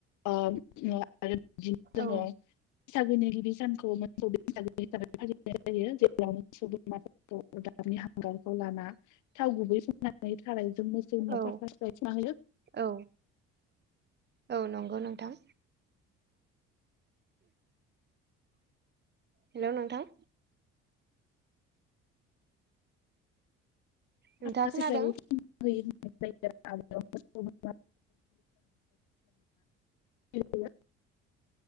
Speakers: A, on the left; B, on the right.
A: ओ ओ आरो बिदिनो जोङो
B: औ
A: बैसागोनि गिबि सानखौ मोसौ बैसागो हिसाबै फा लिनाय जायो। जेब्ला <unintelligible> अरदाबनि हांगारखौ लाना थाव गुबै फुननानै। थाराइजों मोसौनियाव
B: औ
A: सिख्रा सिख्रा थुनानै होयो।
B: औ औ नंगौ नोंथां। हेलौ नोंथां!
A: <unintelligible>
B: नोंथाङा खोनादों?
A: बोरमाफोरखौ